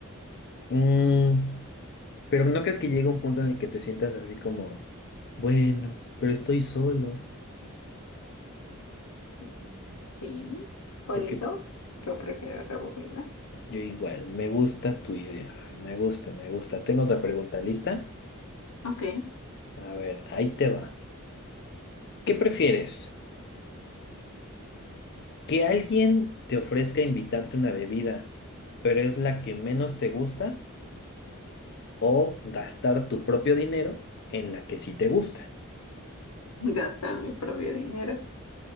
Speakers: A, on the left; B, on the left.
A: Mm, pero ¿no crees que llega un punto en el que te sientas así como, bueno, pero estoy solo?
B: Mm, Sí, por
A: Porque
B: eso yo prefiero rebobinar.
A: yo igual, me gusta tu idea, Fer, me gusta, me gusta. Tengo otra pregunta lista.
B: Ok, <laughs>
A: A ver, ahí te va. ¿Qué prefieres? Que alguien te ofrezca invitarte una bebida, pero es la que menos te gusta, o gastar tu propio dinero en la que sí te gusta.
B: gastar mi propio dinero,